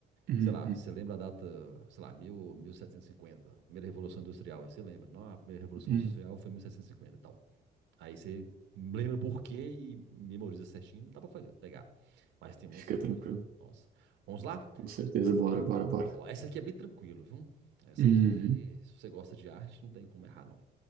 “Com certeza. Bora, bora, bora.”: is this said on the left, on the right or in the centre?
Right